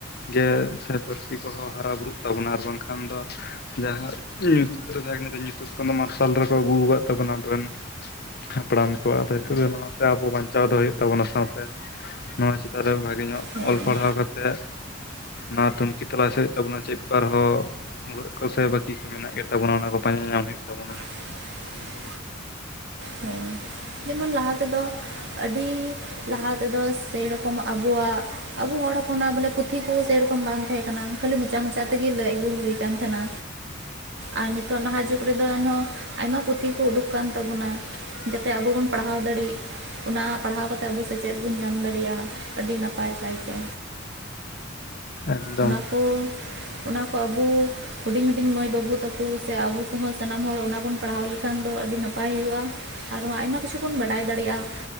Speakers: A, on the left; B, on the right.
A: ᱜᱮ ᱥᱮ ᱯᱟᱹᱨᱥᱤ ᱠᱚᱦᱚᱸ ᱦᱟᱨᱟ ᱵᱩᱨᱩᱜ ᱛᱟᱵᱚᱱᱟ ᱾ ᱟᱨ ᱵᱟᱝᱠᱷᱟᱱ ᱫᱚ᱾ ᱡᱟᱦᱟᱸ ᱧᱩᱛ ᱨᱮ ᱛᱟᱦᱮᱸ ᱠᱟᱱᱟ ᱛᱚ ᱧᱩᱛᱩᱛ ᱠᱷᱚᱱ ᱫᱚ ᱢᱟᱨᱥᱟᱞ ᱨᱮᱠᱚ ᱟᱹᱜᱩ ᱟᱠᱟᱫ ᱛᱟᱵᱚᱱᱟ ᱟ ᱨᱮᱱ ᱦᱟᱯᱲᱟᱢ ᱠᱚᱣᱟᱜ ᱟᱫᱚ ᱱᱤᱛᱚᱜ ᱫᱚ ᱱᱚᱣᱟᱛᱮ ᱟᱵᱚ ᱵᱟᱧᱪᱟᱣ ᱫᱚᱦᱚ ᱦᱩᱭᱩᱜ ᱛᱟᱵᱚᱱᱟ ᱥᱟᱶᱛᱮ᱾ ᱱᱚᱣᱟ ᱪᱮᱛᱟᱱ ᱨᱮ ᱵᱷᱟᱜᱮ ᱧᱚᱜ
B: ᱦᱮᱸ
A: ᱚᱞ ᱯᱟᱲᱦᱟᱣ ᱠᱟᱛᱮᱫ᱾ ᱚᱱᱟ ᱛᱩᱱᱠᱷᱤ ᱛᱟᱞᱟᱥ ᱦᱩᱭᱩᱜ ᱛᱟᱵᱚᱱᱟ ᱪᱮᱫ ᱠᱚ ᱟᱨᱦᱚᱸ᱾ ᱦᱩᱲᱟᱹᱜ ᱠᱚᱥᱮ ᱵᱟᱹᱠᱤ ᱠᱚ ᱢᱮᱱᱟᱜ ᱜᱮ ᱛᱟᱵᱚᱱᱟ᱾ ᱚᱱᱟ ᱠᱚ ᱯᱟᱸᱡᱟ ᱧᱟᱢ ᱦᱩᱭᱩᱜ ᱛᱟᱵᱚᱱᱟ᱾
B: <inaudible> ᱦᱮᱸ ᱡᱮᱢᱚᱱ ᱞᱟᱦᱟ ᱛᱮᱫᱚ ᱟᱹᱰᱤ ᱞᱟᱦᱟ ᱛᱮᱫᱚ᱾ ᱥᱮᱨᱚᱠᱚᱢ ᱟᱵᱚᱣᱟᱼᱜ ᱟᱵᱚ ᱦᱚᱲ ᱦᱚᱯᱚᱱᱟᱜ ᱵᱚᱞᱮ ᱯᱩᱛᱷᱤ ᱠᱚ, ᱥᱮᱨᱚᱠᱚᱢ ᱵᱟᱝ ᱛᱟᱦᱮᱸ ᱠᱟᱱᱟ᱾ ᱠᱷᱟᱹᱞᱤ ᱢᱚᱪᱟ ᱢᱚᱪᱟ ᱛᱮᱜᱮ ᱞᱟᱹᱭ ᱟᱹᱜᱩ ᱦᱩᱭ ᱠᱟᱱ ᱛᱟᱦᱮᱱᱟ᱾ ᱟᱨ ᱱᱤᱛᱚᱜ ᱱᱟᱦᱟᱜ ᱡᱩᱜᱽ ᱨᱮᱫᱚ, ᱮᱱᱦᱚᱸ ᱟᱭᱢᱟ ᱯᱩᱛᱷᱤ ᱠᱚ ᱩᱰᱩᱠ ᱟᱠᱟᱱ ᱛᱟᱵᱚᱱᱟ᱾
A: <inaudible>
B: ᱛᱮ ᱟᱵᱚ ᱵᱚᱱ ᱯᱟᱲᱦᱟᱣ ᱫᱟᱲᱮᱜ ᱚᱱᱟ ᱯᱟᱲᱦᱟᱣ ᱠᱟᱛᱮᱫ ᱟᱵᱚ ᱥᱮᱪᱮᱫ ᱵᱚᱱ ᱧᱟᱢ ᱫᱟᱲᱮᱭᱟᱜᱼᱟ᱾ ᱟᱹᱰᱤ ᱱᱟᱯᱟᱭ ᱠᱟᱭᱛᱮ᱾
A: ᱮᱠᱫᱚᱢ
B: ᱚᱱᱟ ᱠᱚ ᱚᱱᱟ ᱠᱚ ᱟᱵᱚ ᱦᱩᱰᱤᱧ ᱦᱩᱰᱤᱧ ᱢᱟᱹᱭ ᱵᱟᱹᱵᱩ ᱛᱟᱠᱚ ᱥᱮ ᱟᱵᱚ᱾ ᱠᱚᱦᱚᱸ ᱥᱟᱱᱟᱢ ᱦᱚᱲ ᱚᱱᱟ ᱵᱚᱱ ᱯᱟᱲᱦᱟᱣ ᱞᱮᱠᱷᱟᱱ ᱫᱚ᱾ ᱟᱹᱰᱤ ᱱᱟᱯᱟᱭ ᱦᱩᱭᱩᱜᱼᱟ᱾ ᱟᱨᱦᱚ ᱟᱭᱢᱟ ᱠᱤᱪᱷᱩ ᱵᱚᱱ ᱵᱟᱰᱟᱭ ᱫᱟᱲᱮᱭᱟᱜᱼᱟ᱾